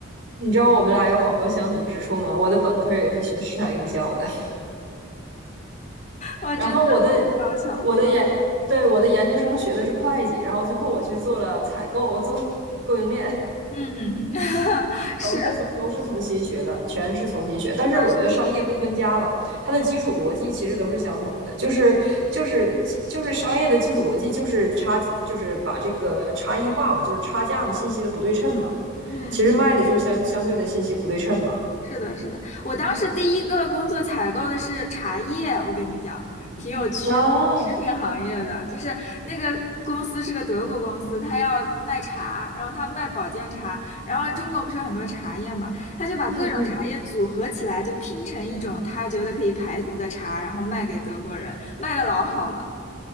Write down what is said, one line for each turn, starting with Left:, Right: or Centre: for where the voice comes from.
Right: 你知道我们俩有好多相同之处吗？我的本科也是学市场营销的。
Left: 哇，
Right: 然后我的
Left: 真的，那是小巧，
Right: 我的研对我的研究生学的是会计，然后最后我去做了采购，我做 <laughs> 供应链，
Left: 嗯 <laughs> 是的，
Right: 都是从都是重新学的，全是重新学。但是我觉得商业不分家吧，
Left: 是的
Right: 它的基础逻辑其实都是相同的，
Left: 嗯
Right: 就是就是基就是商业的基础逻辑就是差就是把这个差异化嘛，就是差价嘛，信息的不对称嘛，
Left: 嗯，
Right: 其实卖的就是相相对的信息不对称嘛。
Left: 是的，是的。我当时第一个工作采购的是茶叶，我跟你讲，挺有趣的，
Right: 啊，
Left: 食品行业的，就是那个公司是个德国公司，他要卖茶，然后他卖保健茶，然后中国不是有很多茶叶嘛，他就把各种茶叶组合起来，
Right: 嗯嗯，
Left: 就拼成一种他觉得可以排毒的茶，然后卖给德国人，卖的老好了。